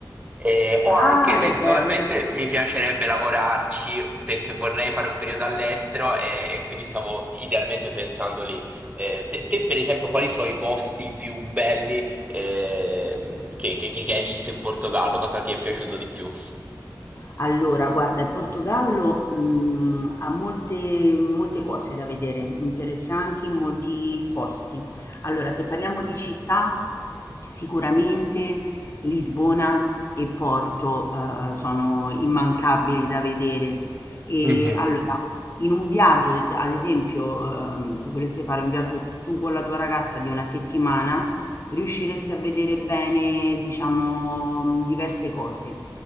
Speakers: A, on the right; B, on the left.
A: Eh, o
B: Ah,
A: anche eventualmente
B: e beh, allora sì.
A: mi piacerebbe lavorarci perché vorrei fare un periodo all'estero e, e quindi stavo idealmente pensando lì. Eh, te, te, per esempio, quali sono i posti più belli ehm, che, che- che- che hai visto in Portogallo? Cosa ti è piaciuto di più?
B: Allora, guarda, il Portogallo, mhmm, ha molte molte cose da vedere, interessanti in molti posti. Allora, se parliamo di città, sicuramente Lisbona e Porto, ehm, sono immancabili da vedere. E
A: Mhm,
B: allora, in un viaggio, d ad esempio, ehm, se voleste fare un viaggio tu con la tua ragazza di 1 settimana, riuscireste a vedere bene, diciamo, diverse cose.